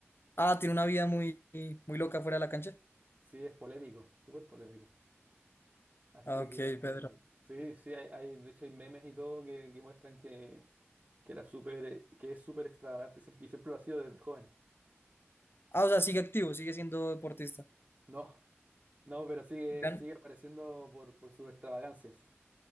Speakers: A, on the left; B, on the right.
A: Ah, tiene una vida muy, muy loca fuera de la cancha.
B: Sí, es polémico, súper polémico. Así
A: Ah, Ok,
B: que
A: Pedro.
B: sí, sí, hay, hay- de hecho hay memes y todo que, que muestran que, que era súper, eh, que es súper extravagante siempre- y siempre lo ha sido desde joven.
A: Ah, o sea, sigue activo, sigue siendo deportista.
B: No, no, pero sigue,
A: Ya-
B: sigue apareciendo por, por sus extravagancias.